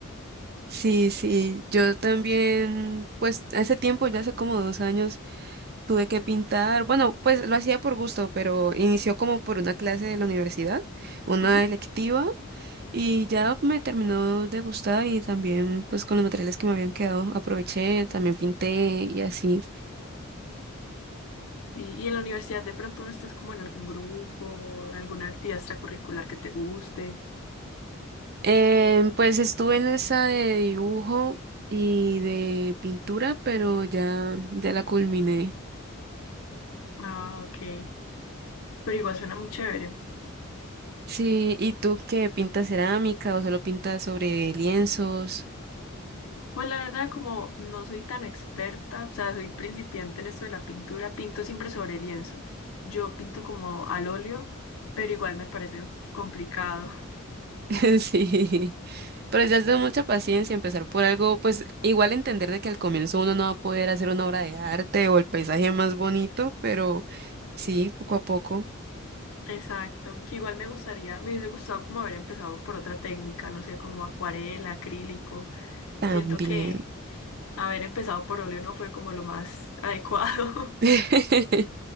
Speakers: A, on the right; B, on the left.
A: sí, sí. Yo también, pues hace tiempo, ya hace como dos años, tuve que pintar. Bueno, pues lo hacía por gusto, pero inició como por una clase de la universidad, una
B: Ujú.
A: electiva. Y ya me terminó de gustar y también pues con los materiales que me habían quedado aproveché, también pinté y así.
B: Y, y en la universidad de pronto no estás como en algún grupo, alguna actividad extracurricular que te guste.
A: Em, pues estuve en esa de dibujo y de pintura, pero ya, ya la culminé.
B: Ah, ok. Pero igual suena muy chévere.
A: Sí, ¿y tú qué pintas cerámica o solo pintas sobre lienzos?
B: Pues la verdad, como no soy tan experta, o sea, soy principiante en esto de la pintura, pinto siempre sobre lienzo. Yo pinto como al óleo, pero igual me parece complicado.
A: <laughs> Sí, pero ya es de mucha paciencia empezar por algo, pues igual entender de que al comienzo uno no va a poder hacer una obra de arte o el paisaje más bonito, pero sí, poco a poco
B: Exacto, que igual me gustaría, me hubiese gustado como haber empezado por otra técnica, no sé, como acuarela, acrílico.
A: también.
B: Siento que haber empezado por óleo no fue como lo más adecuado.
A: <laughs>